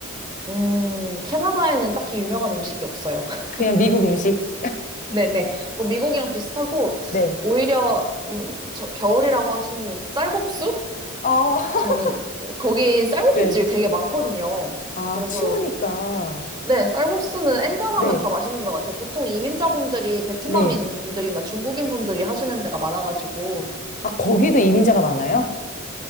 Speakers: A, on the right; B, on the left.
A: 음, 캐나다에는 딱히 유명한 음식이 없어요. <laughs>
B: 그냥 미국 음식?
A: 네네. 뭐, 미국이랑 비슷하고,
B: 네.
A: 오히려, 음, 저, 겨울이라고 하시니, 쌀국수?
B: 아, <laughs>
A: 저는, 거기 쌀국수집
B: 네.
A: 되게 많거든요.
B: 아,
A: 그래서,
B: 추우니까.
A: 네, 쌀국수는 엔간하면
B: 네,
A: 다 맛있는 것 같아요. 보통 이민자분들이 베트남인
B: 네.
A: 분들이나 중국인 분들이 하시는 데가 많아가지고,
B: 아, 거기도 이민자가 많아요?